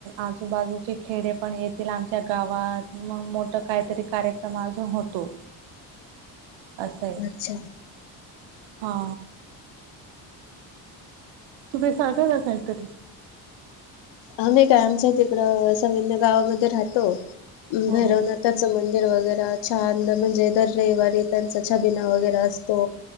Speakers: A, on the right; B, on the left.
A: आजूबाजूचे खेडे पण येतील आमच्या गावात मग मोठ काहीतरी कार्यक्रम अजून होतो
B: <unintelligible>
A: असं आहे
B: अच्छा
A: हा तुम्ही सारख जातय तर.
B: आम्ही काय आमच्या तिकडं सविन्य गावामध्ये राहतो
A: हो
B: भैरवनाथ..
A: हो
B: त्यांच मंदिर वगैरे छान म्हणजे दर रविवारी त्यांचा छबिना वगैरे असतो.